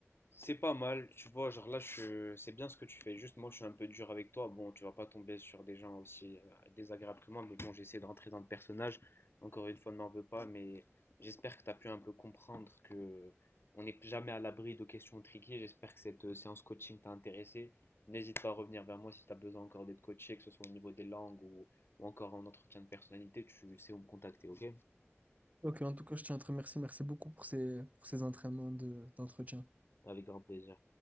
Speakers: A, on the left; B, on the right.
A: C'est pas mal, tu vois, genre là, je... c'est bien ce que tu fais. Juste, moi, je suis un peu dur avec toi. Bon, tu vas pas tomber sur des gens aussi euh, désagréables que moi, mais bon, j'essaie de rentrer dans le personnage. Encore une fois, ne m'en veux pas, mais j'espère que tu as pu un peu comprendre que on n'est jamais à l'abri de questions triquées. J'espère que cette euh, séance coaching t'a intéressé. N'hésite pas à revenir vers moi si tu as besoin encore d'être coaché, que ce soit au niveau des langues ou, ou encore en entretien de personnalité. Tu sais où me contacter, ok?
B: Ok, en tout cas, je tiens à te remercier. Merci beaucoup pour ces, pour ces entraînements de, d'entretien.
A: Avec grand plaisir.